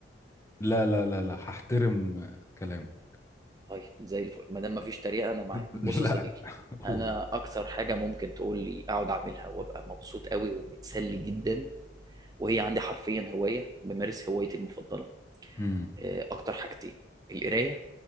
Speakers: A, on the left (about 15°); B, on the right (about 20°).
A: لا لا لا لا هحترم كلامك
B: طيب زي الفل ما دام مفيش تريقه انا معاك
A: <laughs>
B: بص يا
A: لا
B: صديقي انا
A: أوه.
B: اكتر حاجه ممكن تقول لي اقعد اعملها وابقى مبسوط قوي ومتسلي جدا وهي عندي حرفيا هوايه بمارس هوايتي المفضله
A: امم
B: آه، اكتر حاجتين القرايه